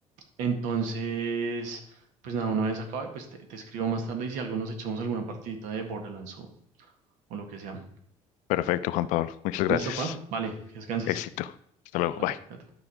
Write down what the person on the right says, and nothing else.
entonces, pues nada, una vez acabe, pues te, te escribo más tarde y si algo nos echamos alguna partidita de Borderlands o, o lo que sea.
¿Listo,
pa? Vale, que descanses.
Vale,
cuídate.